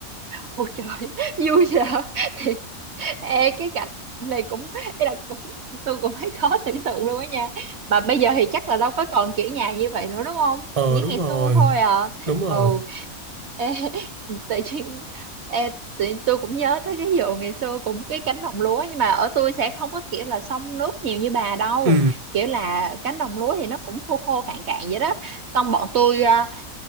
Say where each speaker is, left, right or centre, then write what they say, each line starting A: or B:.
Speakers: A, on the right (about 55°); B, on the right (about 30°).
A: ôi trời <laughs> vui vậy <laughs> Ê, cái cảnh này cũng ý là cũng tôi cũng thấy khó tưởng tượng luôn á nha mà bây giờ thì chắc là đâu có còn kiểu nhà như vậy nữa đúng không
B: ờ
A: như
B: đúng
A: ngày
B: rồi
A: xưa thôi à
B: đúng rồi
A: ừ ê, tự nhiên ê, tự nhiên tôi cũng nhớ tới cái vụ ngày xưa cũng cái cánh đồng lúa nhưng mà ở tôi sẽ không có kiểu là xông nước nhiều như bà đâu
B: Ừ,
A: kiểu là cánh đồng lúa thì nó cũng khô khô cạn cạn vậy đó xong bọn tôi à,